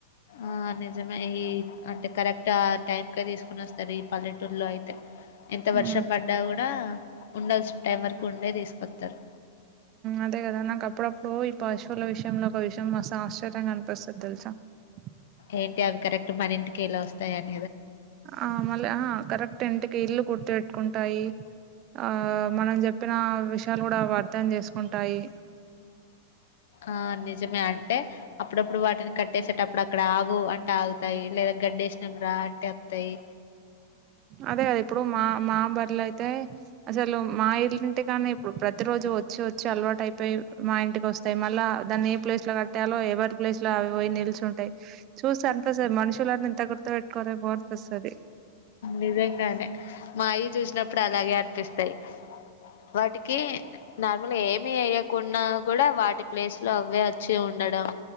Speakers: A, on the left (about 70°); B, on the right (about 40°).
A: ఆ నిజమే ఈ అంటే కరెక్ట్ టైంకే తీసుకుని వస్తది ఈ పల్లెటూరులో అయితే ఎంత వర్షం
B: ఉమ్
A: పడ్డా కూడా ఉండల్సిన టైం వరకు ఉండే తీసుకొస్తారు
B: అదే కదా నాకు అప్పుడప్పుడు ఈ పాశువుల విషయంలో ఒక విషయం మస్ ఆశ్చర్యంగా అనిపిస్తది తెలుసా అ
A: ఏంటి అవి కరెక్ట్ మన ఇంటికిళ్లా వస్తాయని
B: ఆ మళ్ళీ ఆ కరెక్ట్ ఇంటికి ఇల్లు గుర్తు పెట్టుకుంటాయి ఆ మనం చెప్పిన విషయాలు కూడా అవి అర్థం చేసుకుంటాయి
A: ఆ నిజమే అంటే అప్పుడప్పుడు వాటిని కట్టేసేటప్పుడు అక్కడ ఆగు అంటే ఆగుతాయి లేదా గడ్డేశినంరా అంటే వత్తయి
B: అదే ఇప్పుడు మా మాబరి ఇల్ అయితే అసలు మా ఇలుంటి కాన్నే ఇప్పుడు ప్రతి రోజు వచ్చి వచ్చి అలవాటు అయిపోయి మా ఇ ఇంటికి వస్తాయి మళ్ళా దాన్ని ఏ ప్లేస్ లో కట్టాలో ఎవరి ప్లేస్ లో అవి పోయి నిలిచు ఉంటాయి చూస్ మనుషుల నింతా గుర్త పెట్టుకోరే బో పస్తది
A: నిజంగానే మాయ్య చూసినప్పుడు అలాగే అనిపిస్తాయి వాటికి నార్మల్ ఏమి ఏమి ఎయ్యకుండా కూడా వాటి ప్లేస్ లో అవ అవే వచ్చి ఉండడం